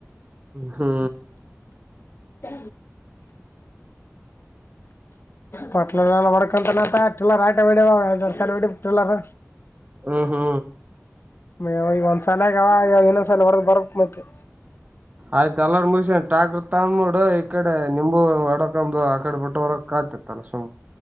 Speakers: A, on the right; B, on the left.
A: ಹಾ
B: ಚ ಪಟ್ಲಲ್ಲ ವರಕಂತ ಟಿಲ್ಲರ್ ಆಯಟ ವೇಡಿ ಟಿಲ್ಲರ್
A: ಹ ಹಾ
B: ಾವ ಈಗ ಒಂದ್ ಸಲ ಆಗಾವ ಇನ್ನೊಂದ್ಸಲ ಹೊರದ ಬರ್ ಮತ್ತ
A: ಆಯ್ತ ಎಲ್ಲ ಮುಸನ್ ಟ್ಯಾಕ್ಟರ್ ತಂದ್ ನೋಡ ಈ ಕಡೆ ನಿಂಬು ಒಡಕಂಬು ಆಕಡೆ ಬಿಟ್ಟ ಹೊರಕ್ ತಲ್ಲ ಸುಮ